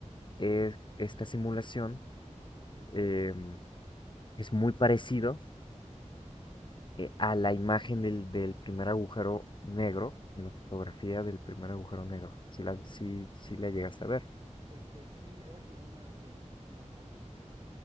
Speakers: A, on the left (about 40°); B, on the right (about 35°).
A: eh, esta simulación,
B: Ok.
A: eh, es muy parecido eh, a la imagen del, del primer agujero negro, en la fotografía del primer agujero negro. Si la, si, si la llegaste a ver.
B: Este, sí, era como una, ¿qué? Como una dona.